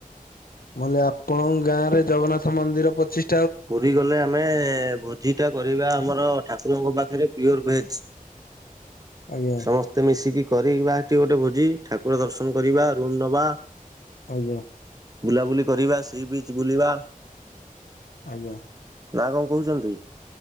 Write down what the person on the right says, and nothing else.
ପୁରୀ ଗଲେ ଆମେ ଭୋଜିଟା କରିବା ଆମର ଠାକୁରଙ୍କ ପାଖେରେ ପିଓର ଭେଜ।
ସମସ୍ତେ ମିଶିକି କରିବା ସେଠି ଗୋଟେ ଭୋଜି, ଠାକୁର ଦର୍ଶନ କରିବା, ରୁମ ନବା
ବୁଲାବୁଲି କରିବା, ସିବିଚ୍ ବୁଲିବା
ନା କଣ କହୁଛନ୍ତି?